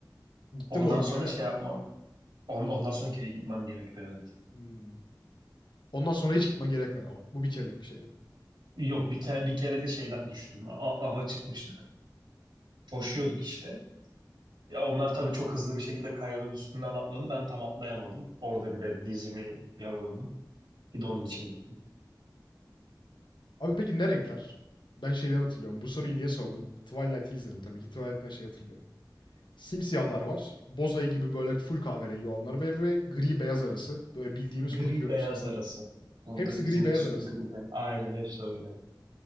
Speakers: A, on the left; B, on the right.
A: Gitti
B: Ondan
A: mi o gün
B: sonra
A: köye?
B: şey yapmam. On, ondan sonra kere gitmem gerekti evet.
A: Hmm. Ondan sonra hiç gitmen gerekmedi ama. Bu bir kerelik bir şeydi.
B: Yok bir kere bir kere de şeyden düştüm. A- ava çıkmıştık. Koşuyorduk işte. Ya onlar tabii çok hızlı bir şekilde kayanın üstünden atladı. Ben tam atlayamadım. Orada bir de dizimi yaraladım. Bir de onun için gittim.
A: Abi peki ne renkler? Ben şeyden hatırlıyorum. Bu soruyu niye sordum? Twilight'i izledim tabii ki. Twilight'ten şey hatırlıyorum. Simsiyahlar var. Bozayı gibi böyle full kahverengi olanlar ve, ve gri beyaz arası. Böyle bildiğimiz
B: Gri
A: kurt görüntüsüne
B: beyaz
A: sahip.
B: arası. Burada
A: Hepsi
B: bizim
A: gri beyaz
B: bir sürü
A: arası
B: gri
A: mı?
B: beyaz. Aynen hepsi öyle.